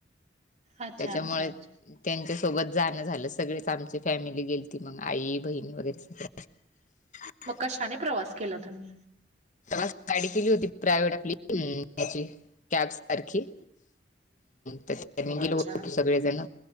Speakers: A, on the right; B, on the left.
A: अच्छा
B: त्याच्यामुळे
A: अच्छा अच्छा
B: त्यांच्या सोबत जाणं झालं सगळेच आमची फॅमिली गेल त मग आई बहिणी वगैरे सगळ <inaudible>
A: मग कशाने प्रवास केला तुम्ही
B: गाडी केली होती प्रायव्हेट आपलीची कॅब सारखी त्यानी
A: अच्छा
B: गेलो होत सगळे जण